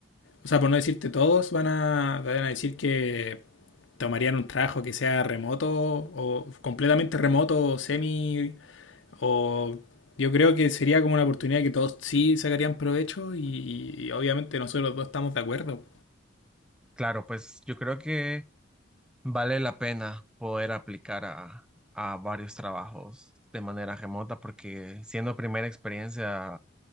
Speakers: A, on the left; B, in the centre.
A: o sea, por no decirte todos, van a, van a decir que tomarían un trabajo que sea remoto o completamente remoto o semi O yo creo que sería como una oportunidad que todos sí sacarían provecho y, y obviamente nosotros dos estamos de acuerdo.
B: Claro, pues yo creo que... Vale la pena poder aplicar a, a varios trabajos de manera remota porque siendo primera experiencia